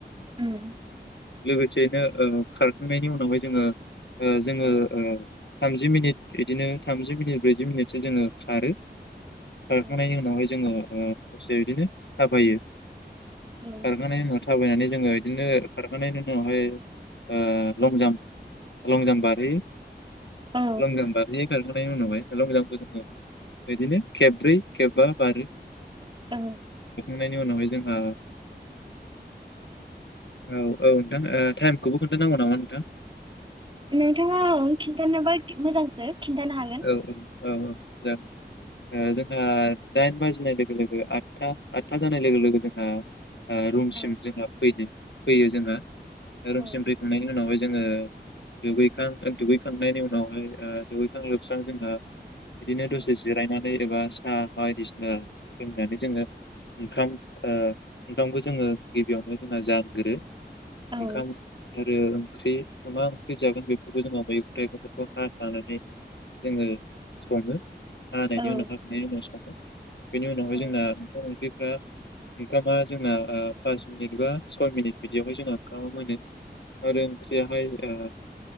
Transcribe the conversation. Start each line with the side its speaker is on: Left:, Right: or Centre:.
Right: उम।
Left: लोगोसेयैनो ओ खार खांनायनि उनावहाय जोङो। ओयो जोङो
Right: औ
Left: ओयो। थामजि मिनिट बिदिनो थामजि मिनिट ब्रैजि मिनिटसो जोङो खारो। खारखांनायनि
Right: औ
Left: उनावहाय जोङो ओ दसे बिदिनो थाबायो। खारखांनाय
Right: औ
Left: उनाव थाबायनानै जोङो बिदिनो खारखानाय उनावहाय ओ लं जाम्प लं जाम्प बारि
Right: औ
Left: लं जाम्प बारि सेरखांनायनि उनावहाय हल' मोजांखौ जोङो बिदिनो खेबब्रै खेबबा बारो।
Right: औ।
Left: नायनि उनावहाय जोंहा औ औ नोंथां टाइमखौबो खोन्थानांगौ नामा न थां?
Right: नोंथाङा ओं खिन्थानोबा मोजांसो खिन्थानो हागोन
Left: औ औ औ औ। जा ओ जोंहा
Right: औ
Left: दाइन बाजिनाय लोगो लोगो आदथा आदथा जानाय लोगो लोगो जोंहा ओ रुमसिम
Right: औ
Left: जोंहा फैदों। फैयो जोङो।
Right: औ
Left: रुमसिम फैखांनायनि उनावहाय जोङो दैगैखां-दुैखांनायनि उनावहाय ओ दुगैखां लोबखां स्रां जोंहा बिदिनो
Right: औ
Left: दसे जिरायना नै एबा साहा बायदिसिना लोंनानै जोङो ओंखाम-ओंखामखौ जोङो गिबियावनो जोंहा जानगोरो।
Right: औ
Left: ओंखाम आरो ओंख्रि मा ओंख्रि जागोन बेफोरखौ जोङो मैगं थाइगंफोरखौ हाखानानै जोङो सङो हानायनि
Right: औ
Left: उनावहा हाखांनायनि उनाव सङो। बेनि उनावहाय
Right: औ
Left: जोंना ओंखाम ओंख्रि फ्रा ओंखामा जोंना ओ पास मिनिट बा सय मिनिट बिदियावहाय जोंना ओंखामा मोनो आरो ओंख्रियाहाय ओ